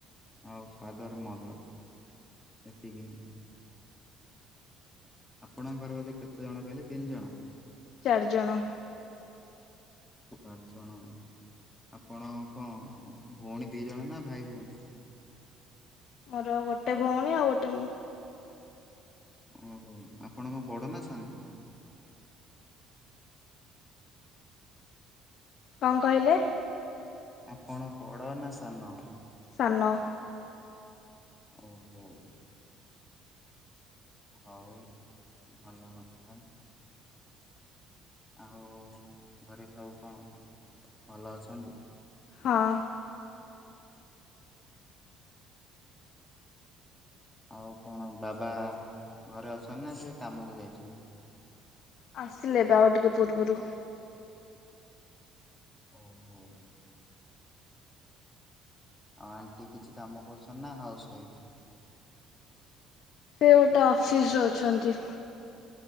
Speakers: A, in the centre; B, on the left.
A: ଆଉ ଫାଦର ମଦର। ଏତିକି। ଆପଣଙ୍କ ଘର ବୋଧେ କେତେ ଜଣ କଇଲେ ତିନି ଜଣ?
B: ଚାର୍ ଜଣ।
A: ଚାରି ଜଣ ଆପଣ କଣ ଭଉଣୀ ଦି ଜଣ ନା ଭାଇ ଭଉଣୀ?
B: ମୋର ଗୋଟେ ଭଉଣୀ ଆଉ ଗୋଟେ ମୁଁ।
A: ଓହୋ ଆପଣ କଣ ବଡ ନା ସାନ?
B: କଣ କହିଲେ?
A: ଆପଣ ବଡ ନା ସାନ?
B: ସାନ।
A: ଓହୋ। ହଉ ଭଲ କଥା। ଆଉ ଘରେ ସବୁ କଣ ଭଲ ଅଛନ୍ତି?
B: ହଁ।
A: ଆଉ କଣ ବାବା ଘରେ ଅଛନ୍ତି ନା ସେ କାମକୁ ଯାଇଛନ୍ତି?
B: ଆସିଲେ ଏବେ ଆଉ ଟିକେ ପୂର୍ବରୁ।
A: ଓ ହୋ। ଆଉ ଆଣ୍ଟି କିଛି କାମ କରୁଛନ୍ତି ନା ହାଉସ ୱାଇଫ୍?
B: ସେ ଗୋଟେ ଅଫିସରେ ଅଛନ୍ତି।